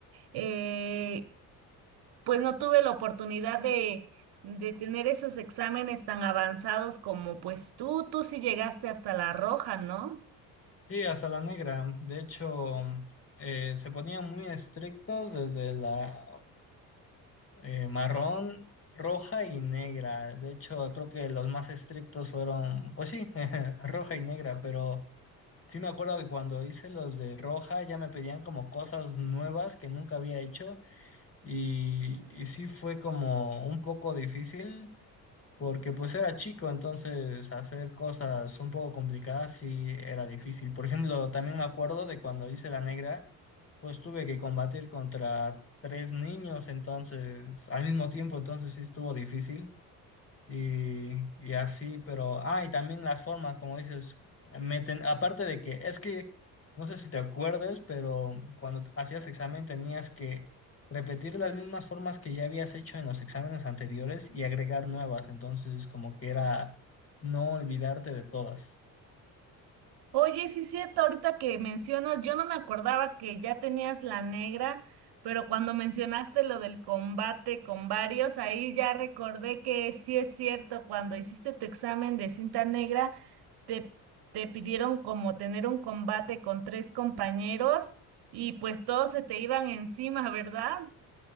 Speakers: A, on the right; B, on the left.
A: eh, pues no tuve la oportunidad de, de tener esos exámenes tan avanzados como pues tú, tú sí llegaste hasta la roja, ¿no?
B: Sí, hasta la negra. De hecho, eh, se ponían muy estrictos desde la eh, marrón, roja y negra. De hecho, creo que los más estrictos fueron, pues sí, <laughs> roja y negra, pero sí me acuerdo que cuando hice los de roja ya me pedían como cosas nuevas que nunca había hecho y, y sí fue como un poco difícil. Porque pues era chico, entonces hacer cosas un poco complicadas sí era difícil. Por ejemplo, también me acuerdo de cuando hice la negra, pues tuve que combatir contra tres niños, entonces, al mismo tiempo, entonces sí estuvo difícil y, y así, pero, ah, y también las formas, como dices, meten, aparte de que, es que, no sé si te acuerdes, pero cuando hacías examen tenías que repetir las mismas formas que ya habías hecho en los exámenes anteriores y agregar nuevas, entonces como que era no olvidarte de todas.
A: Oye, sí es cierto, ahorita que mencionas, yo no me acordaba que ya tenías la negra, pero cuando mencionaste lo del combate con varios, ahí ya recordé que sí es cierto, cuando hiciste tu examen de cinta negra, te, te pidieron como tener un combate con tres compañeros y pues todos se te iban encima, ¿verdad?